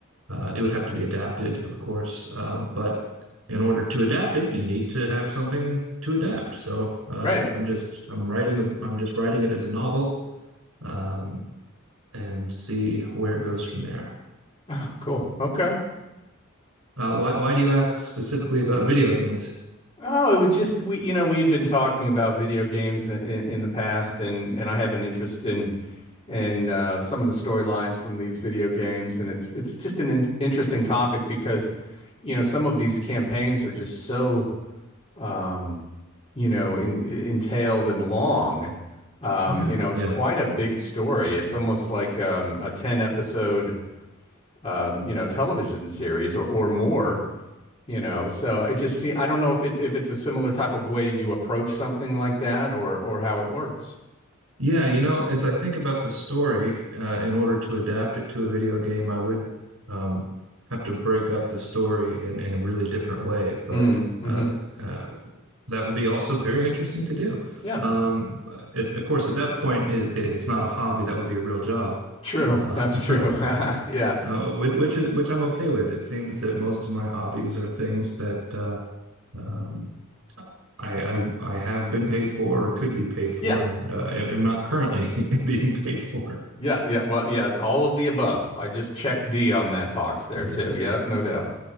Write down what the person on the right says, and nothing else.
Uh, it would have to be adapted, of course, um, but in order to adapt it, you need to have something to adapt. So um,
I'm just I'm writing the I'm just writing it as a novel um, and see where it goes from there.
Uh, why why do you ask specifically about video games?
Yeah,
yeah.
Yeah, you know, as I think about the story, uh, in order to adapt it to a video game, I would um, have to break up the story in, in a really different way. But
uh,
uh, that would be also very interesting to do.
Um, but it, of course, at that point, it, it's not a hobby. That would be a real job,
uh,
<laughs>
uh, which, which which I'm okay with. It seems that most of my hobbies are things that uh, um, I, I I have been paid for or could be paid for,
and uh, am am not currently <laughs> being paid for.
All right.